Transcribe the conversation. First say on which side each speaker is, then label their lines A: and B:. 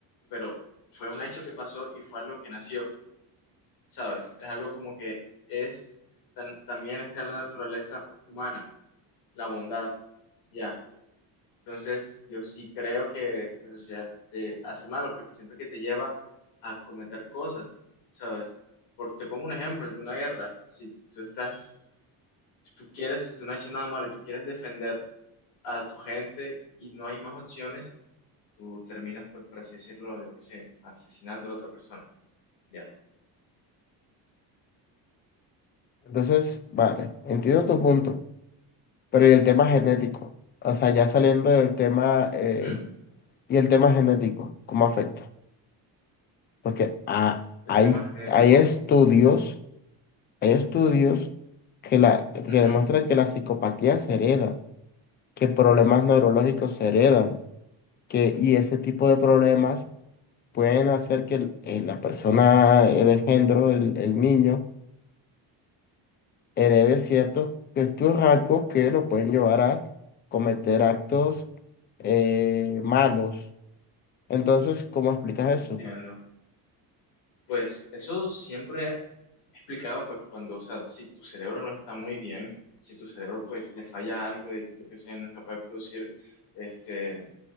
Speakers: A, on the left; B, on the left.
A: Pero fue un hecho que pasó y fue algo que nació, ¿sabes? Es algo como que es, tan- también está en la naturaleza humana, la bondad, ya. Entonces, yo sí creo que la sociedad te hace malo porque siento que te lleva a cometer cosas, ¿sabes? por te pongo un ejemplo, el de una guerra. Si tú estás, si tú quieres, si tú no has hecho nada malo y tú quieres defender a tu gente y no hay más opciones, tú terminas, pues, por así decirlo, yo qué sé, asesinando a la otra persona. Ya.
B: Entonces, vale, entiendo tu punto, pero ¿y el tema genético? O sea, ya saliendo del tema, eh,
A: ¿Mm?
B: y el tema genético, ¿cómo afecta? Porque ah,
A: El
B: hay,
A: tema genético.
B: hay estudios, hay estudios que, la, que demuestran
A: Ujú,
B: que la psicopatía se hereda, que problemas neurológicos se heredan, que, y ese tipo de problemas pueden hacer que el- eh, la persona, el engendro, el, el niño, herede ciertos estos rasgos que lo pueden llevar a cometer actos eh, malos. Entonces, ¿cómo explicas
A: entiendo.
B: eso?
A: Pues eso siempre explicado, pues cuando, o sea, si tu cerebro no está muy bien, si tu cerebro pues le falla algo de que yo que sé, no es capaz de producir este,